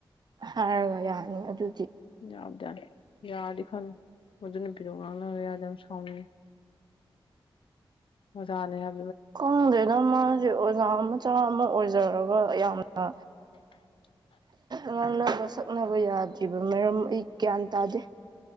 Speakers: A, on the right; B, on the left.
A: ꯍꯥꯏꯔꯒ ꯌꯥꯅꯤ ꯑꯗꯨ
B: ꯌꯥꯕꯗ ꯌꯥꯗ ꯐꯅ ꯃ ꯅꯨ ꯄꯤꯔꯣ ꯉꯥꯡꯅꯔ ꯌꯥꯗ ꯌꯥꯝ ꯁꯥꯎꯉ ꯑꯣꯖꯥꯅꯦ ꯍꯥꯏ
A: ꯈꯪꯗꯦꯅ ꯃꯥꯁꯦ ꯑꯣꯖꯥ ꯃꯆꯥ ꯑꯃ ꯑꯣꯏꯖꯔꯒ ꯌꯥꯝꯅ
B: <inaudible>
A: ꯉꯥꯡꯅꯕ ꯁꯛꯅꯕ ꯌꯥꯗ꯭ꯔꯤꯕ ꯃꯔꯝ ꯑꯩ ꯒ꯭ꯌꯥꯟ ꯇꯥꯗꯦ